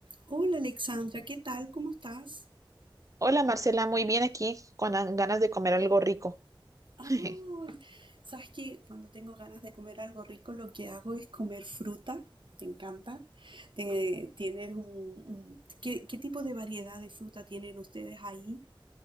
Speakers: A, on the right; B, on the right.
A: Hola Alexandra, ¿qué tal? ¿Cómo estás?
B: Hola Marcela, muy bien aquí, con las ganas de comer algo rico. <laughs>
A: Oh, sabes que cuando tengo ganas de comer algo rico, lo que hago es comer fruta. ¿Te encanta? Te- ¿Tienes un, un- ¿qué, qué tipo de variedad de fruta tienen ustedes ahí?